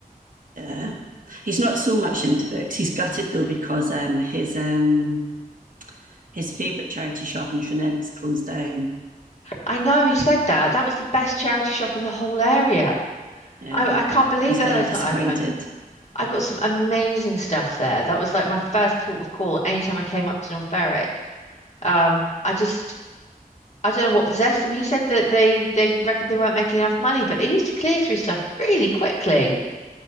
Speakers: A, on the right; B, on the left.
A: yeah. He's not so much into books. He's gutted though because um, his um, his favourite charity shop in Trinent's closed down.
B: I know he said that. That was the best charity shop in the whole area.
A: Yeah,
B: I, I can't believe
A: he's
B: that
A: very
B: that's
A: disappointed.
B: not open. I got some amazing stuff there. That was like my first port of call anytime I came up to North Berwick. Um, I just I don't know what possessed them. He said that they they reckoned they weren't making enough money, but they used to clear through stuff really quickly.